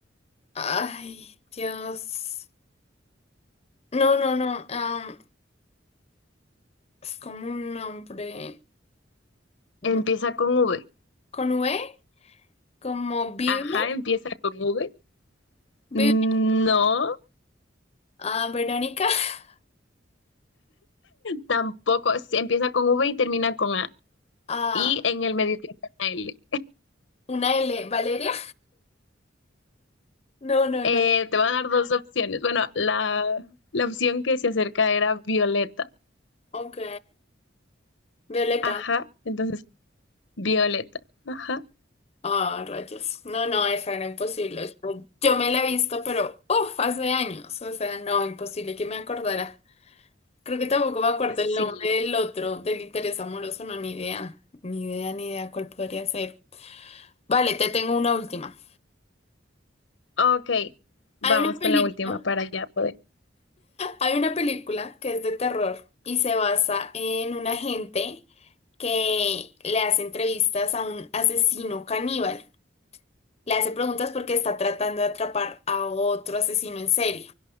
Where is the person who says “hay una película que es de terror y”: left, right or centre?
Left